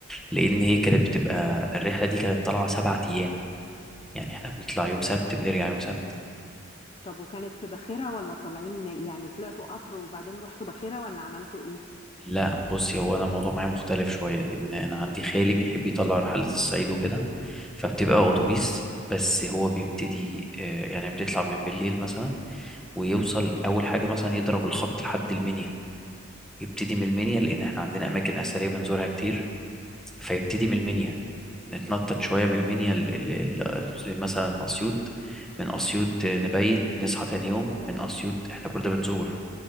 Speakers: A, in the centre; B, on the left.
A: لان هي كانت بتبقى الرحله دي كانت طالعه سبعة ايام يعني احنا بنطلع يوم سبت بنرجع يوم سبت
B: طب وكانت في باخرة ولا طالعين يعني طلعتوا قطر وبعدين رحتوا باخرة ولا عملتوا ايه
A: لا بصي هو انا الموضوع معايا مختلف شويه لان انا عندي خالي بيحب يطلع رحلات الصعيد وكده فبتبقى اتوبيس بس هو بيبتدي آه، يعني بيطلع من بالليل مثلا ويوصل اول حاجه مثلا يضرب الخط لحد المنيا يبتدي من المنيا لان احنا عندنا اماكن اثريه بنزورها كتير فيبتدي من المنيا نتنطط شويه من المنيا ال- ال- ال- زي مثلا اسيوط من اسيوط آه، نبيت نصحى تاني يوم من اسيوط احنا كل ده بنزور